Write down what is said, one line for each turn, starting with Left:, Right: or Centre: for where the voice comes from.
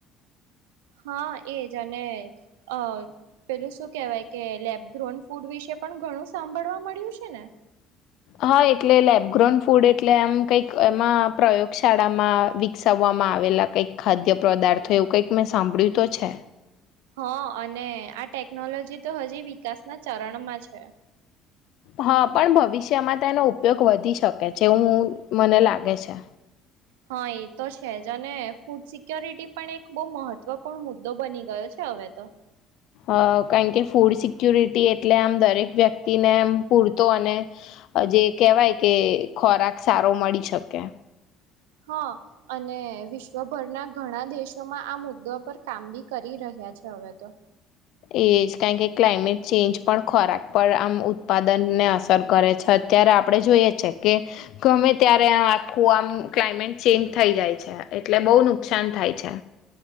Right: હા એજ અને અ પેલું શું કેહેવાય કે લેબગ્રોન ફૂડ વિશે પણ ઘણું સાંભળવા મળ્યું છે ને
Left: હા એટલે લેબગ્રોન ફૂડ એટલે આમ કંઈક એમાં પ્રયોગશાળામાં વિકસાવવામાં આવેલા કઈક ખાદ્ય પદાર્થય એવું કંઈક મેં સાંભળ્યું તો છે
Right: હા અને આ ટેકનોલોજી તો હજી વિકાસના ચરણમાં છે
Left: હા પણ ભવિષ્યમાં તેનો ઉપયોગ વધી શકે છે એવું મને લાગે છે
Right: હા એ તો છે જ અને ફૂડ સિક્યોરિટી પણ એક બહુ મહત્વપૂર્ણ મુદ્દો બની ગયો છે હવે તો
Left: અ કારણ કે ફૂડ સિકુરિટી એટલે આમ દરેક વ્યક્તિને એમ પૂરતો અને જે કહેવાય કે ખોરાક સારો મળી શકે
Right: હા અને વિશ્વભરના ઘણા દેશોમાં આ મુદ્દા પર કામ બી કરી રહ્યા છે હવે તો
Left: એ જ કારણ કે ક્લાઇમેટ ચેન્જ પણ ખોરાક પર આમ ઉત્પાદનને અસર કરે છે અત્યારે આપણે જોઈએ છે કે ગમે ત્યારે આખું આમ ક્લાયમેટ ચેન્જ થઈ જાય છે એટલે બહુ નુકસાન થાય છે